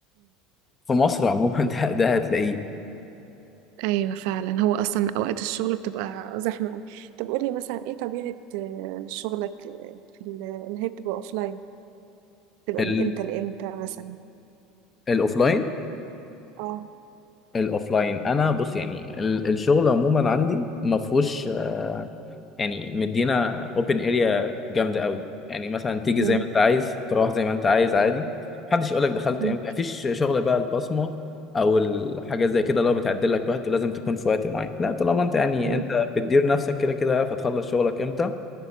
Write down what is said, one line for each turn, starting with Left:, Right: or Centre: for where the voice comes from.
Left: في مصر عموما <laughs> ده ده هتلاقيه
Right: ايوه فعلا هو اصلا اوقات الشغل بتبقى زحمه قوي طب قولي مثلا ايه طبيعه آه، شغلك آه، في ال- اللي هي بتبقى اوفلاين بتبقى
Left: ال-
Right: من امتى لامتى مثلا
Left: الاوفلاين
Right: اه
Left: الاوفلاين انا بص يعني ال- الشغل عموما عندي ما فيهوش يعني مدينا اوبن اريا جامده قوي يعني مثلا تيجي
Right: مم.
Left: زي ما انت عايز تروح زي ما انت عايز عادي محدش يقول لك دخلت
Right: مم.
Left: امتى مفيش شغل بقى البصمه او الحاجات زي كده اللي هو بتعدل لك وقت ولازم تكون في وقت معين لا طالما انت يعني
Right: مم.
Left: انت بتدير نفسك كده كده عارف هتخلص شغلك امتى